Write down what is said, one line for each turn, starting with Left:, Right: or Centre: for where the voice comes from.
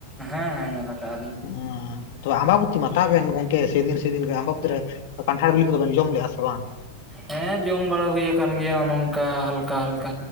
Centre: ᱦᱮᱸ ᱦᱮᱸ ᱦᱮᱸ ᱱᱮᱛᱟᱨ ᱟᱱᱤᱜ
Left: ᱦᱚᱸ ᱛᱚ ᱟᱢᱵᱟ ᱵᱚᱛᱤ ᱢᱟᱛᱟᱣ ᱵᱮᱱ ᱜᱚᱝᱠᱮ, ᱥᱮᱫᱤᱞ ᱥᱮᱫᱤᱞ ᱜᱮ ᱟᱢᱵᱟᱵᱚᱛᱤ ᱨᱮ ᱫᱚ ᱯᱟᱠ ᱴᱷᱟᱲ ᱰᱤᱞᱤ ᱠᱚᱫᱚ ᱵᱮᱱ ᱡᱚᱢ ᱞᱮᱜᱟ ᱥᱮ ᱵᱟᱝ?
Centre: ᱦᱮᱸ ᱡᱚᱢ ᱵᱟᱲᱟ ᱦᱩᱭ ᱟᱠᱟᱱ ᱜᱮᱭᱟ ᱱᱚᱝᱠᱟ ᱦᱟᱞᱠᱟ ᱦᱟᱞᱠᱟ᱾